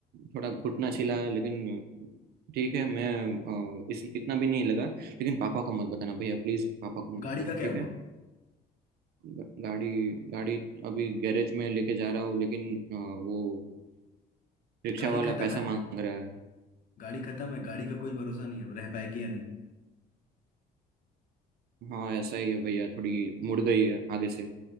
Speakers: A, on the right; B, on the left.
A: थोड़ा घुटना छिला है, लेकिन ठीक है मैं अ, इस इतना भी नहीं लगा लेकिन पापा को मत बताना भैया प्लीज पापा को मत
B: गाड़ी
A: बताना
B: का क्या
A: ठीक
B: हुआ
A: है ग- गाड़ी गाड़ी अभी गैरेज में लेके जा रहा हूँ लेकिन अ, वो रिक्शा
B: गाड़ी
A: वाला
B: खत्म
A: पैसा
B: है
A: मांग रहा है
B: गाड़ी खत्म है गाड़ी का कोई भरोसा नहीं है रह पाएगी या नहीं
A: हाँ ऐसा ही है भैया थोड़ी मुड़ गई है आगे से